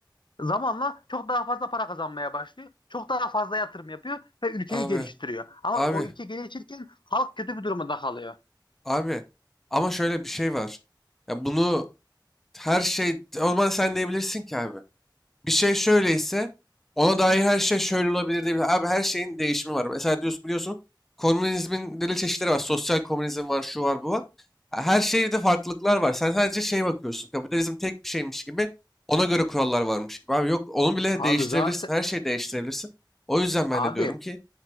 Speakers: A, on the left (about 75°); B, in the centre.
A: zamanla çok daha fazla para kazanmaya başlıyor. Çok daha fazla yatırım yapıyor ve ülkeyi
B: Abi
A: geliştiriyor. Ama
B: abi
A: o ülke gelişirken halk kötü bir durumda kalıyor.
B: abi ama şöyle bir şey var. Ya bunu her şey o zaman sen diyebilirsin ki abi. bir şey şöyleyse ona dair her şey şöyle olabilir diye. Abi her şeyin değişimi var. Mesela diyorsun biliyorsun komünizmin deli çeşitleri var. Sosyal komünizm var, şu var, bu var. Ha, Her şeyde farklılıklar var. Sen sadece şeye bakıyorsun. Kapitalizm tek bir şeymiş gibi. Ona göre kurallar varmış gibi. Abi yok onu bile
A: Abi
B: değiştirebilirsin.
A: zaten
B: Her şeyi değiştirebilirsin. O yüzden ben
A: abi
B: de diyorum ki